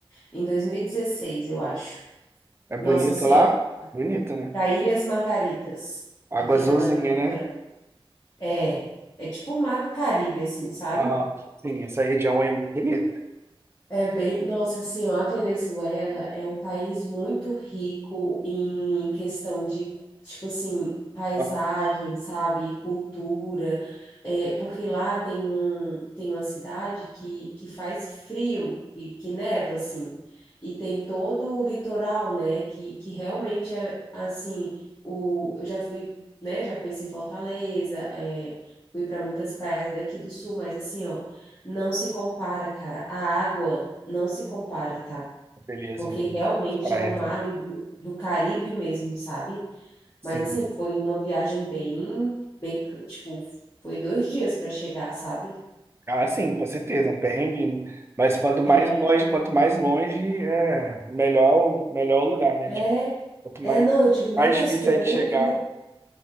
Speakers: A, on the left; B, on the right.
A: em 2016, eu acho.
B: É bonito
A: Nossa, assim,
B: lá?
A: ó,
B: Bonito, né?
A: para Ilhas Margaritas,
B: Água
A: que fica
B: azulzinha,
A: na Venezuela.
B: né?
A: É, é tipo o Mar do Caribe, assim, sabe?
B: Aham. Sim, essa região aí é muito bonita.
A: É bem, nossa, senhora a Venezuela é um país muito rico em questão de, tipo assim, paisagem,
B: Ah,
A: sabe, cultura, é, porque lá tem um, tem uma cidade que, que faz frio, que, que neva, assim, e tem todo o litoral, né, que, que realmente é, assim, o, eu já fui, né, já conheci Fortaleza, é, fui para muitas praias daqui do sul, mas assim, ó, não se compara, cara. A água não se compara, tá?
B: beleza,
A: Porque
B: não.
A: realmente
B: As praias.
A: é um mar
B: né?
A: ali do, do Caribe mesmo, sabe?
B: Sim.
A: Mas assim, foi uma viagem bem, bem, tipo, foi dois dias para chegar, sabe?
B: Ah, sim, com certeza, um perrenguinho. Mas quanto mais
A: É.
B: longe, quanto mais longe, é melhor, o- melhor o lugar, né?
A: É,
B: Tipo, quanto mais,
A: é, não, eu digo, meu
B: mais
A: Deus,
B: difícil
A: que aventura.
B: é de chegar,